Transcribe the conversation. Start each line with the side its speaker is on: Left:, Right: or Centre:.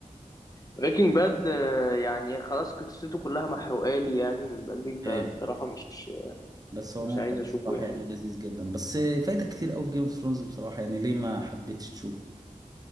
Left: بريكنج باد يعني خلاص قصته كلها محروقة لي يعني من بدري فالصراحة
Right: ايه
Left: مش
Right: بس هو
Left: مش
Right: ممتع
Left: عايز
Right: بصراحة
Left: أشوفه يعني
Right: يعني لذيذ جدا بس فايتك كتير قوي في جيم اوف ثرونز بصراحة يعني ليه ما حبيتش تشوفه